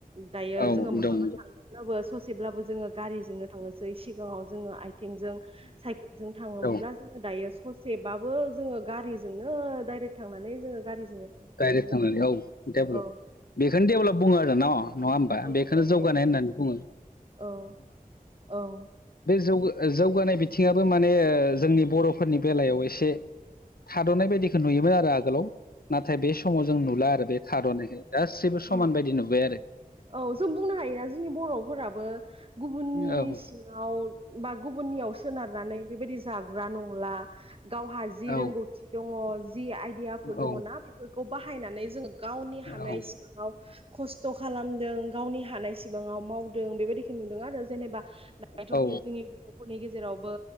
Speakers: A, on the right; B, on the left.
A: दायो
B: औ
A: जोङो माहाबा
B: दं
A: थांनोब्लाबो ससेब्लाबो जोङो गारिजोंनो थांनोसै सिगाङाव जोङो आय थेंजों साइकेलजों थाङोमोनब्ला
B: दं औ
A: जों दा दायो ससेबाबो जोङो गारिजोंनो दाइरेक थांनानै जोङो गारिजोंनो मोनहै
B: डाइरेक्ट
A: खायो
B: थांनानै
A: आरो
B: औ डेभलप
A: औ।
B: बेखौनो डेभेलप बुङो आरो न' नङा होमबा
A: औ
B: बेखौनो
A: औ
B: जौगानाय
A: औ
B: होननानै बुङो।
A: औ औ।
B: जौगो जौगानाय बिथिङाबो माने ओ जोंनि बर'फोरनि बेलायाव एसे। थाद'नाय बायदिखो नुयोमोन आरो आगोलाव नाथाय बे समाव जों नुला आरो बे थाद'नायखो। गासिबो समान
A: औ
B: बायदि नुबाय आरो।
A: औ जों बुंनो हायोना जोंनि बर'फोराबो गुबुननि
B: आरो
A: सिङाव। बा गुबुननियाव सोनारनानै बेबायदि जाग्रा नंला। गावहा जि
B: औ
A: रोंगौथि दङ जि आइडियाफोर
B: औ
A: दङ ना बेफोरखौ बाहायनानै जोङो गावनि हानाय
B: औ
A: सिबां खस्थ' खालामदों गावनि हानाय सिबाङाव मावदों बेबायदिखौ नुदों आरो। जेनेबा दाथ'
B: औ
A: नै जोंनि बर'फोरनि गेजेरावबो